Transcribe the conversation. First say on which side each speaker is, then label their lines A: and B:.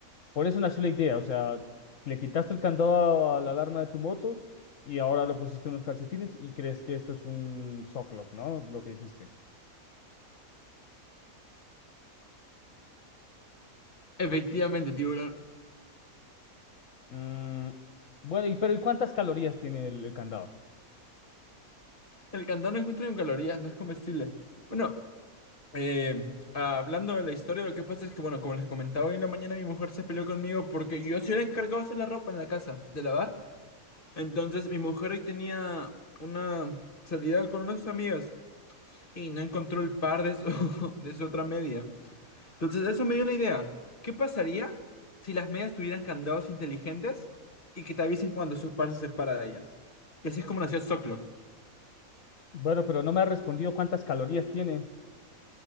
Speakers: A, on the left; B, on the left.
A: Por eso nació la idea, o sea, le quitaste el candado a, a la alarma de tu moto y ahora le pusiste unos calcetines y crees que esto es un sock lock, ¿no? Lo que dijiste.
B: Efectivamente, tiburón.
A: Mm, bueno, y, pero ¿y cuántas calorías tiene el, el candado?
B: El cantón no encuentra con calorías, no es comestible. Bueno, Eh, hablando de la historia, lo que pasa es que, bueno, como les comentaba hoy en la mañana, mi mujer se peleó conmigo porque yo sí era encargado de hacer la ropa en la casa, de lavar. Entonces, mi mujer hoy tenía una salida con unas de sus amigas y no encontró el par de su, <laughs> de su otra media. Entonces, eso me dio la idea. ¿Qué pasaría si las medias tuvieran candados inteligentes y que te avisen cuando su par se separa de ellas? Y así es como nació Socklock.
A: Bueno, pero no me ha respondido cuántas calorías tiene.